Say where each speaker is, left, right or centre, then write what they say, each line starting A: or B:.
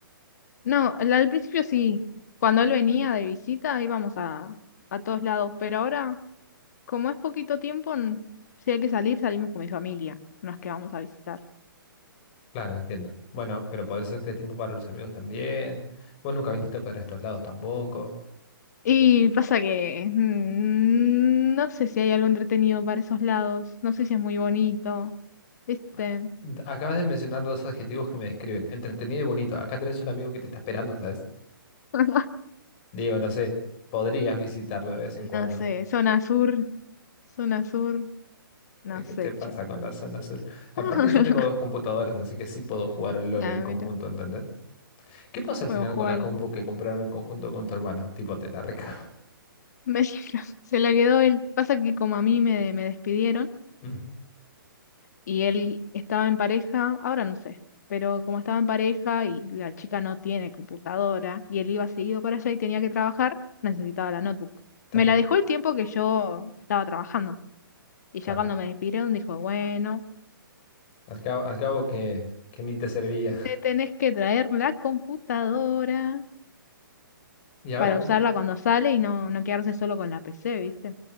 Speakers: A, on the left (about 50°); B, on the left (about 30°).
A: No, al al principio sí. Cuando él venía de visita íbamos a, a todos lados, pero ahora, como es poquito tiempo, n- si hay que salir, salimos con mi familia, no es que vamos a visitar.
B: Claro, entiendo. Bueno, pero podés hacerte tiempo para los amigos también. Vos nunca viniste para estos lados tampoco.
A: Y pasa que mm, no sé si hay algo entretenido para esos lados, no sé si es muy bonito, ¿viste?
B: A- d- Acabas de mencionar dos adjetivos que me describen, entretenido y bonito. Acá tenés un amigo que te está esperando, ¿sabes?
A: <laughs>
B: Digo, no sé, podrías visitarlo de vez en cuando.
A: No sé, zona sur, zona sur, no
B: Eh, ¿Qué
A: sé,
B: te pasa
A: che.
B: con la zona sur? Aparte,
A: <laughs>
B: yo tengo dos computadoras, así que sí puedo jugar al LOL
A: Nada,
B: en conjunto,
A: mira,
B: ¿entendés? ¿Qué pasó al
A: podemos
B: final
A: jugar.
B: con la compu que compraron en conjunto con tu hermano? Tipo, te la reca. <laughs>
A: <laughs> Se la quedó él. Pasa que como a mí me, me despidieron.
B: Mm,
A: y él estaba en pareja, ahora no sé, pero como estaba en pareja y la chica no tiene computadora y él iba seguido para allá y tenía que trabajar, necesitaba la notebook.
B: claro,
A: Me la dejó el tiempo que yo estaba trabajando y
B: claro.
A: ya cuando me despidieron dijo, bueno,
B: Al cabo, al cabo que, que ni te servía.
A: te tenés que traer la computadora
B: Y ahora
A: para
B: cómo...
A: usarla cuando sale y no, no quedarse solo con la PC, ¿viste?